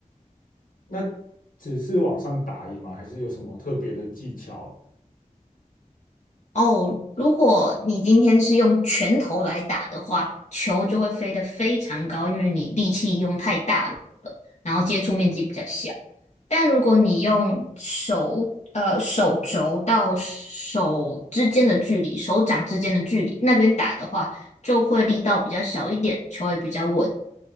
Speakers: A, on the left; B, on the left.
A: 那只是往上打而已吗？还是有什么特别的技巧？
B: 哦，如果你今天是用拳头来打的话，球就会飞得非常高，因为你力气用太大了，然后接触面积比较小。但如果你用手，呃，手肘到手之间的距离，手掌之间的距离，那边打的话，就会力道比较小一点，球也比较稳。